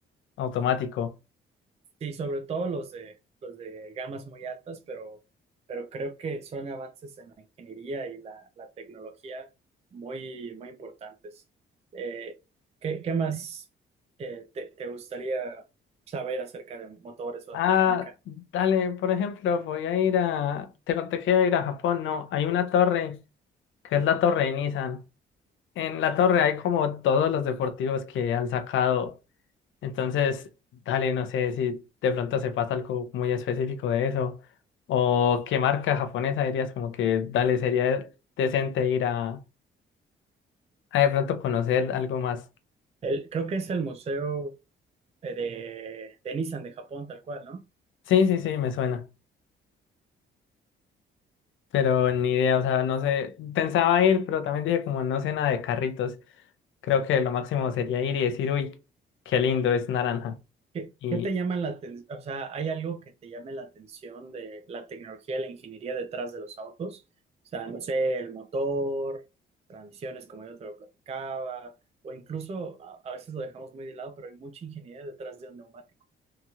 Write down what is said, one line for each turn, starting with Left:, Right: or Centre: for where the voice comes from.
Left: automático.
Right: Sí, sobre todo los de, los de gamas muy altas, pero, pero creo que son avances en la ingeniería y la, la tecnología muy, muy importantes. Eh, ¿qué, qué más eh, te, te gustaría saber acerca de motores o de
Left: Ah,
Right: mecánica?
Left: dale, por ejemplo, voy a ir a, te conté que iba a ir a Japón, no, hay una torre, que es la torre de Nissan. En la torre hay como todos los deportivos que han sacado Entonces, dale, no sé si de pronto sepas algo muy específico de eso. O qué marca japonesa dirías como que, dale, sería decente ir a, a de pronto conocer algo más.
Right: El- creo que es el museo eh, de, de Nissan de Japón, tal cual, ¿no?
Left: Sí, sí, sí, me suena. Pero ni idea, o sea, no sé. Pensaba ir, pero también dije como no sé nada de carritos. Creo que lo máximo sería ir y decir, uy, qué lindo, es naranja.
Right: ¿Qué,
Left: Y,
Right: qué te llama la atención? O sea, ¿hay algo que te llame la atención de la tecnología, la ingeniería detrás de los autos? O sea, no sé, el motor, transmisiones, como yo te lo platicaba, o incluso a, a veces lo dejamos muy de lado, pero hay mucha ingeniería detrás de un neumático.